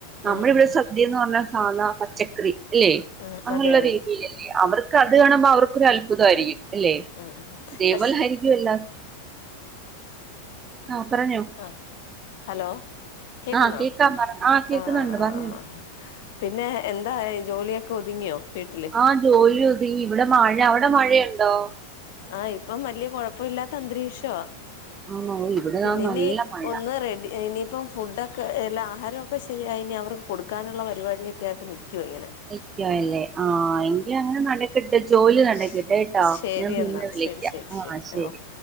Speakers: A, on the right (about 20°); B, on the left (about 55°).
A: നമ്മളിവിടെ
B: ഉം ഉം ഉം
A: ന്ന് പറഞ്ഞാൽ സാധ പച്ചക്കറി അല്ലെ
B: ഉം
A: അങ്ങനെയുള്ള
B: അതെ അതെ
A: രീതിൽല ല്ലേ അവർക്ക് അത് കാണുമ്പോ അവർക്കൊരു അത്ഭുതമായിരിക്കും അല്ലെ
B: ഉം ഉം
A: ദേവൽ
B: പക്ഷെ
A: ഹരിക്കും എല്ലാ ആഹ് പറഞ്ഞോ
B: ആഹ് ഹലോ കേക്ക്ന്നോ
A: ആ കേക്കാം പറ ആ കേക്കുന്നുണ്ട്
B: ആഹ് ആഹ്
A: പറഞ്ഞോ
B: ആഹ് പിന്നെ എന്തായ് ജോലിയൊക്കെ ഒതുങ്ങിയോ വീട്ടില്
A: ആ ജോലി ഉതുങ്ങി ഇവിടെ മഴ അവിടെ മഴയ്ണ്ടോ
B: ആഹ് ഇപ്പം വല്യയ കൊഴപ്പുല്ലാത്ത അന്തരീക്ഷാ
A: ആണോ ഇവിടെ
B: പിന്നെനി
A: ദാ നല്ല മഴ
B: ഒന്ന് റെഡി ഇനിപ്പോ ഫുഡൊക്കെ എല്ലാ ആഹാരക്കെ ശരിയായി ഇഞി അവർക്ക് കൊടുക്കാനുള്ള പരിപാടിയൊക്കെ യിട്ട് നിക്കുവഇങ്ങനെ
A: നിക്ക്യാല്ലേ ആഹ് എങ്കിയങ്ങനെ നടക്കട്ടെ ജോലി
B: ആഹ്
A: നടക്കട്ടെട്ടോ
B: ശരി
A: ഞാ പിന്നെ
B: എന്നാ
A: വിളിക്യ
B: ശരി ശരി
A: ആഹ് ശരി
B: ഓ